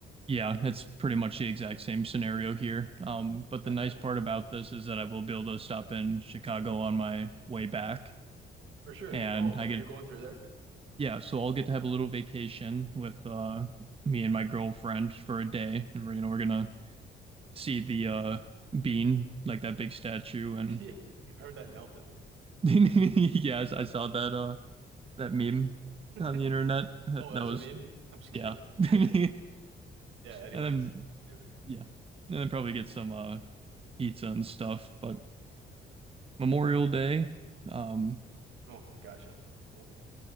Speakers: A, on the right (about 30°); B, on the right (about 80°).
A: Yeah, it's pretty much the exact same scenario here. Um, but
B: Gotcha.
A: the nice part about this is that I will be able to stop in Chicago on my way back,
B: For sure.
A: and
B: Oh,
A: I
B: you're
A: get
B: going through there?
A: yeah, so I'll get to have a little vacation with uh me and my girlfriend for a day, and we're you know we're gonna see the uh bean like that big statue, and
B: <laughs> Yeah. I heard that melted.
A: <laughs> yes, I saw that uh that meme
B: <laughs>
A: on the internet. That,
B: Oh, that
A: that
B: was
A: was
B: a meme? I'm just kidding.
A: yeah, <laughs>
B: <laughs>
A: and
B: Yeah, anyways.
A: then
B: Anyways.
A: Yeah. And then probably get some uh pizza and stuff. But Memorial Day, um,
B: Oh, gotcha. Cool.